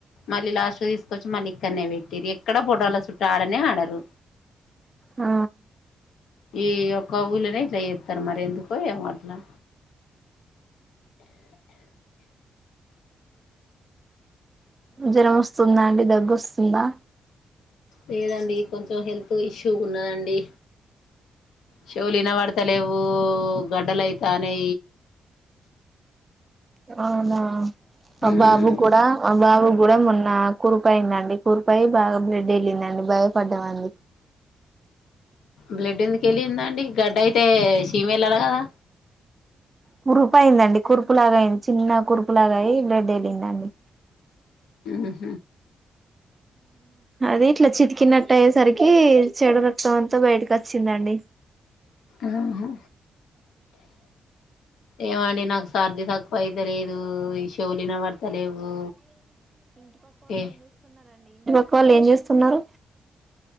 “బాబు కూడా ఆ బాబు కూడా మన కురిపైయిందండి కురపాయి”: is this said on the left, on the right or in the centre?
Right